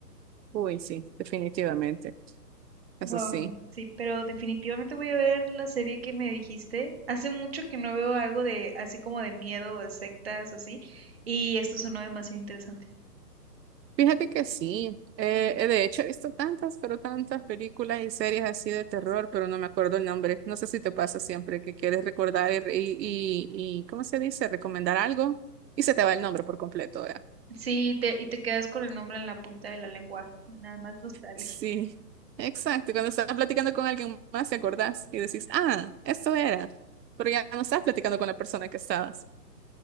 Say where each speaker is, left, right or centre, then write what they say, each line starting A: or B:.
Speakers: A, on the right; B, on the right.
A: Uy, sí, definitivamente. Eso
B: Wow,
A: sí.
B: sí, pero definitivamente voy a ver la serie que me dijiste. Hace mucho que no veo algo de así como de miedo o de sectas o así, y esto sonó demasiado interesante.
A: Fíjate que sí, eh, eh, de hecho he visto tantas, pero tantas películas y series así de terror, pero no me acuerdo el nombre. No sé si te pasa siempre que quieres recordar y, re- y, y- y, ¿cómo se dice? Recomendar algo y se te va el nombre por completo, ¿verdad?
B: Sí, te, y te quedas con el nombre en la punta de la lengua. Nada más nostalgia.
A: Sí,
B: <laughs>
A: exacto. Cuando estás platicando con alguien más te acordás y decís, ah, esto era, pero ya no estás platicando con la persona que estabas.